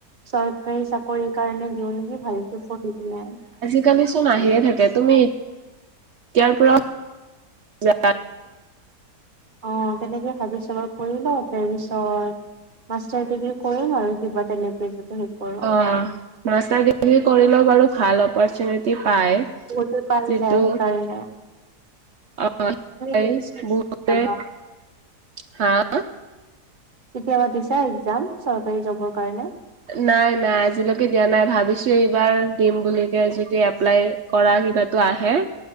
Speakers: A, on the right (about 35°); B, on the right (about 60°).
A: চৰকাৰী চাকৰি কাৰণে দিওঁ নেকি ভালকে পঢ়ি পিনে।
B: আজি কালিচোন আহিয়ে থাকে তুমি <unintelligible>
A: অ', তেনেকে ভাবিছো বাৰু কৰি লওঁ তাৰ পিছত মাষ্টাৰ ডিগ্ৰী কৰিম আৰু কিবা তেনেকে যদি সেই কৰো।
B: অ'। মাষ্টাৰ ডিগ্ৰী কৰিলেও বাৰু ভাল অপৰচুনিটি পায়।
A: বহুতে পাই
B: যিটো
A: যায় সেই কাৰণে।
B: <unintelligible>
A: কেতিয়াবা
B: হা?
A: কেতিয়াবা দিছা একজাম চৰকাৰী জবৰ কাৰণে?
B: নাই নাই আজিলৈকে দিয়া নাই ভাবিছো এইবাৰ দিম বুলি যদি এপ্লাই কৰা কিবাতো আহে